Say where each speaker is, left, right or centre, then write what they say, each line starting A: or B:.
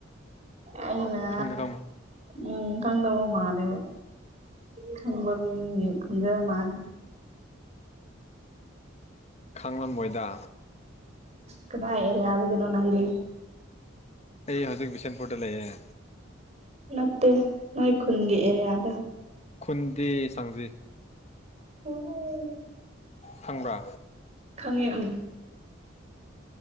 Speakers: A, on the right; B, on the left.
A: ꯑꯩꯅ
B: ꯈꯪꯒꯗꯝ
A: ꯎꯝ ꯈꯪꯗꯕ ꯃꯥꯜꯂꯦ ꯈꯪꯕ ꯃꯤ ꯈꯪꯖꯕ ꯃꯥꯂꯦ
B: ꯈꯥꯡꯂꯝꯃꯣꯏꯗ
A: ꯀꯗꯥꯔꯤ ꯌꯥꯕꯒꯅꯣ ꯅꯪꯦ
B: ꯑꯩ ꯍꯧꯖꯤꯛ ꯕꯤꯁꯦꯟꯄꯨꯔꯗ ꯂꯩꯦ
A: ꯅꯠꯇꯦ ꯅꯣꯏ ꯈꯨꯟꯒꯤ ꯑꯦꯔꯤꯌꯥꯗ
B: ꯈꯨꯨꯟꯗꯤ ꯁꯪꯖꯦ
A: ꯍ ꯍ
B: ꯈꯪꯕ꯭ꯔꯥ
A: ꯈꯪꯉꯦ ꯎꯝ